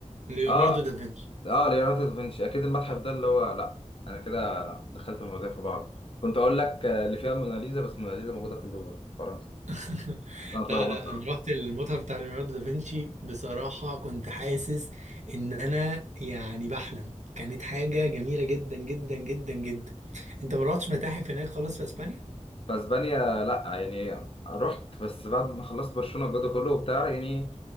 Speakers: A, on the right (about 70°); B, on the left (about 50°).
A: ليوناردو
B: اه
A: دافنشي
B: اه ليوناردو دافنشي اكيد المتحف ده اللي هو لا انا كده دخلت المواضيع في بعض كنت اقول لك آه، اللي فيها الموناليزا بس الموناليزا موجوده في اللوفر في فرنسا
A: <laughs>
B: فانا اتلخبطت
A: لا لا انا رحت المتحف بتاع ليوناردو دافنشي بصراحة كنت حاسس ان انا يعني بحلم كانت حاجة جميلة جدا جدا جدا جدا انت ما رحتش متاحف هناك خالص في اسبانيا
B: في اسبانيا لا يعني رحت بس بعد ما خلصت برشلونه الجو ده كله وبتاع يعني